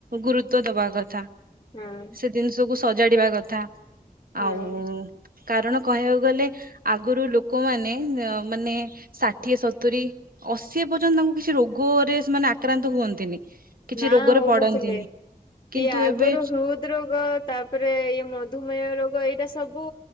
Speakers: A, on the right; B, on the left.
A: ଗୁରୁତ୍ବ ଦବା କଥା।
B: ହଁ।
A: ଜିନିଷକୁୁ ସଜାଡିବା କଥା,
B: ହଁ
A: ଆଉ କାରଣ କହିବାକୁ ଗଲେ ଆଗରୁ ଲୋକମାନେ ମାନେ ଷାଠିଏ ସତୁରି ଅଶୀ ପର୍ଯ୍ୟନ୍ତ ତାଙ୍କୁ କିଛି ରୋଗରେ ସେମାନେ ଆକ୍ରାନ୍ତ ହୁଅନ୍ତିନି। କିଛି
B: ନା
A: ରୋଗରେ
B: ହଉନଥିଲେ
A: ପଡନ୍ତିନି କିନ୍ତୁ
B: ଇଏ ଆଗରୁ
A: ଏବେ
B: ହୃଦ ରୋଗ ତା ତାପରେ ଇ ମଧୁମେହ ରୋଗ ଏଇଟା ସବୁ